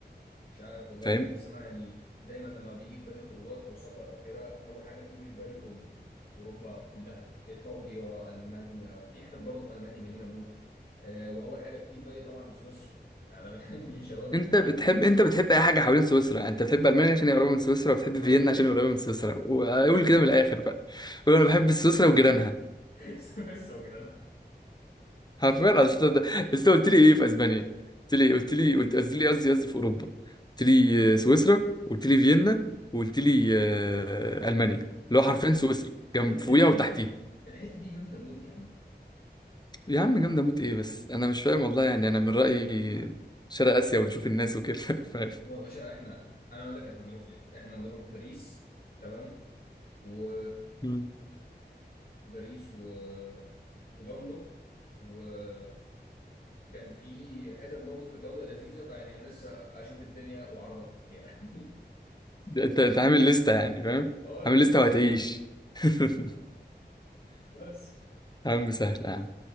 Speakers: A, on the left (about 55°); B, on the left (about 25°).
A: مش عارف والله
B: فاهم
A: يا جو بس انا يعني دايما لما بيجي في بالي خروجات او سفر او كده اول حاجه بتيجي في بالي اوروبا اوروبا كلها ايطاليا المانيا في حتت برضه في المانيا جميله موت آه واول حاجه بتيجي في بالي طبعا سويسرا يعني أنا <laughs> مش هقول
B: انت
A: لك
B: بتحب
A: عندنا
B: انت بتحب اي حاجه حوالين سويسرا يعني انت بتحب المانيا عشان هي قريبه من سويسرا وبتحب
A: حرفيا
B: فيينا عشان هي قريبه من سويسرا وقول كده من الاخر بقى قول انا بحب سويسرا وجيرانها
A: <laughs> سويسرا كده
B: حرفيا اصل ده- اصل انت قلت لي ايه في اسبانيا قلت لي قلت لي قلت قصدي لي قصدي قصدي في اوروبا قلت لي آه، سويسرا قلت لي فيينا وقلت لي آه، المانيا اللي
A: يا
B: هو
A: عم،
B: حرفيا سويسرا جنب
A: ال-
B: فوقيها
A: الحته
B: وتحتيها
A: دي الحته دي جامده موت يا عم
B: يا عم جامده موت ايه بس انا مش فاهم والله يعني انا من رايي شرق اسيا وتشوف الناس وكده <laughs> فاهم
A: بقى يا باشا احنا انا اقول لك احنا هنروح فين احنا هنروح باريس تمام و
B: مم.
A: باريس و ولندن وكان في حتت برضه في ايطاليا لذيذه فيعني انا لسه اشوف الدنيا واعرفك يعني
B: انت انت عامل لسته يعني فاهم
A: <laughs> اه يا
B: عامل
A: باشا
B: لسته وهتعيش <laughs>
A: بس
B: يا عم سهل يا عم